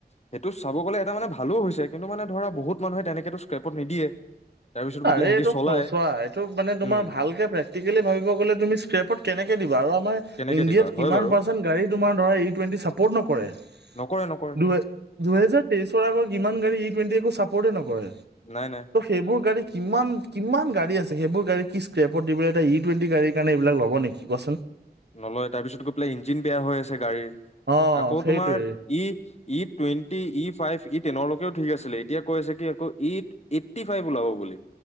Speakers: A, on the left; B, on the right.
A: সেইটো চাব গ'লে এটা মানে ভালো হৈছে কিন্তু মানে ধৰা বহুত মানুহে তেনেকেতো স্ক্ৰেপত নিদিয়ে। তাৰপিছত গৈ
B: আৰে
A: পেলাই সিহঁতি
B: এইটো
A: চলাই
B: চোৱা এইটো মানে তোমাৰ
A: উম
B: ভালকে প্ৰেক্টিকেলি ভাবিব গ'লে তুমি স্ক্ৰেপত কেনেকে দিবা। আৰু আমাৰ
A: কেনেকে
B: ইন্দিয়াত
A: দিবা হয়
B: কিমান
A: বাৰু
B: পাৰচেণ্ট গাড়ী তোমাৰ ধাৰা ইটুন্টি চাপৰ্ট নকৰে।
A: কৰে নকৰে।
B: দুহে দুহেজাৰ তেইশৰ আগত কিমান গাড়ী ই টুৱেণ্টি একো চাপৰ্টে নকৰে,
A: নাই নাই
B: ত সেইবোৰ গাড়ী কিমান -কিমান গাড়ী আছে সেইবোৰ গাড়ী কি ক্ৰেপত দিবলৈ এটা ই টুৱেণ্টি গাড়ীৰ কাৰণে এই বিলাক ল'ব নেকি কোৱাচোন।
A: নলয় তাৰ পিছত গৈ পেলাই ইঞ্জিন বেয়া হৈ আছে গাড়ীৰ
B: অ',
A: আকৌ
B: সেইটোৱে।
A: তোমাৰ ই E twenty, E five, E টেনৰলৈকেও ঠিক আছিলে এতিয়া কৈ আছে কি আকৌ ই এইটী ফাইভ ওলাব বুলি।